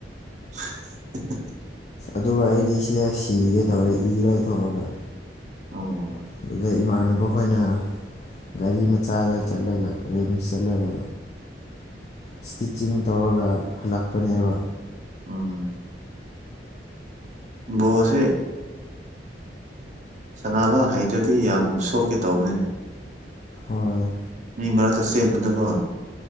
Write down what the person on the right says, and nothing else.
<inaudible>
ꯑꯣ
ꯎꯝ ꯄꯣꯜꯁꯦ ꯁꯅꯥꯅꯕꯍꯩꯗ꯭ꯔꯗꯤ ꯌꯥꯝ ꯁꯣꯛꯀꯦ ꯇꯧꯕꯅꯤꯅꯦ
ꯃꯤ ꯃꯔꯛꯇ ꯆꯦꯟꯕꯗꯀꯣ